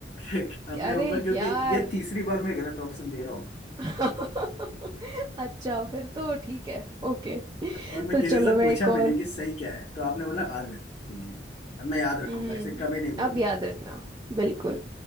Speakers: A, on the left; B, on the right.
A: <laughs> अपने
B: अरे
A: ऊपर क्योंकि
B: यार
A: ये तीसरी बार मैं गलत ऑप्शन दे रहा हूँ
B: <laughs> अच्छा फिर तो ठीक है ओके
A: और मैं
B: तो
A: किसी
B: चलो
A: से
B: मैं
A: पूछा
B: एक और
A: भी नहीं कि सही क्या है तो आपने बोला आर्गन ठीक है अब मैं याद रखूंगा
B: हम्म
A: इसे कभी नहीं बोलूंगा
B: अब याद रखना बिल्कुल